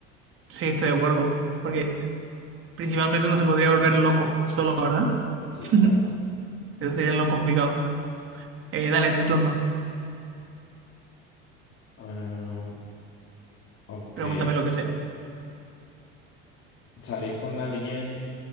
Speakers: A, on the right (about 45°); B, on the left (about 45°).
A: Sí, estoy de acuerdo. Porque principalmente uno se podría volver loco solo, ¿verdad?
B: Sí,
A: <laughs>
B: claro.
A: Eso sería lo complicado. Eh, dale tu turno.
B: Eh, ok.
A: Pregúntame lo que sea.
B: Salir con alguien